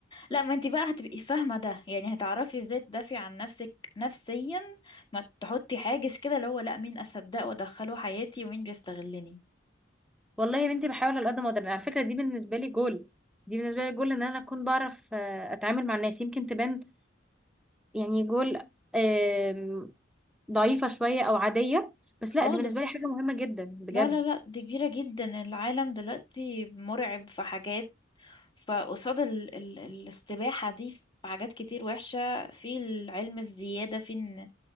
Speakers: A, on the left; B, in the centre.
A: لا ما انت بقى هتبقي فاهمه ده يعني هتعرفي ازاي تدافعي عن نفسك نفسيا ما تحطي حاجز كده اللي هو لا مين اصدق وادخله حياتي ومين بيستغلني
B: والله يا بنتي بحاول على قد ما اقدر على فكره دي بالنسبه لي جول دي بالنسبه لي جول ان انا اكون بعرف آه، اتعامل مع الناس يمكن تبان يعني جول آم، ضعيفه شويه او عاديه بس
A: خالص
B: لا دي بالنسبه لي حاجه مهمه جدا بجد
A: لا لا لا دي كبيرة جدا العالم دلوقتي مرعب في حاجات فقصاد ال ال الاستباحة دي في حاجات كتير وحشة في العلم الزيادة في ان